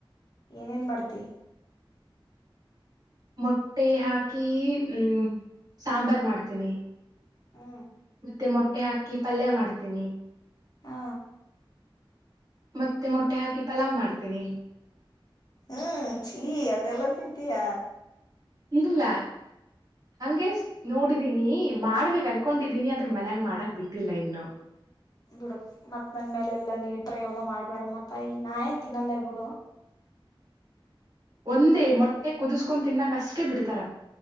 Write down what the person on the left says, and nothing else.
ಏನೇನ್ ಮಾಡ್ತಿ
ಹ್ಮ
ಹಾ
ಹ್ಮ್ ಚೀ ಅದೆಲ್ಲ ತಿಂತೀಯಾ
ಬಿಡು ಮತ್ ನನ್ ಮೇಲೆ ಎಲ್ಲಾ ನೀ ಪ್ರಯೋಗ ಮಾಡ್ಬೇಡಮ್ಮ ತಾಯಿ ನಯಾನ ತಿನ್ನಲ್ಲೇ ಬಿಡು